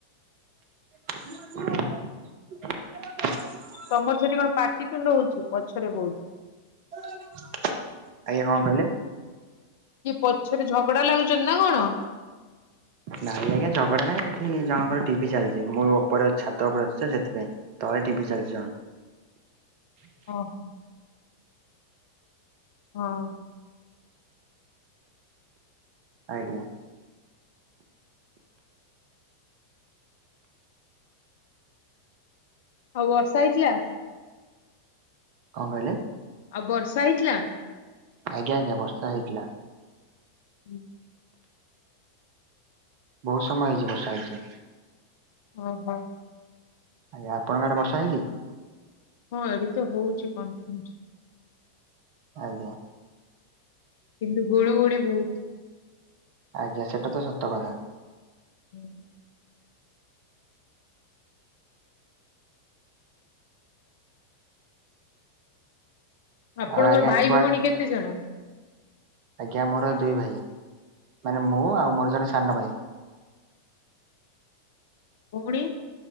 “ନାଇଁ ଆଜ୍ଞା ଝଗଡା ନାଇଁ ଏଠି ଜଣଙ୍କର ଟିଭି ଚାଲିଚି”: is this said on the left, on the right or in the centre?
Right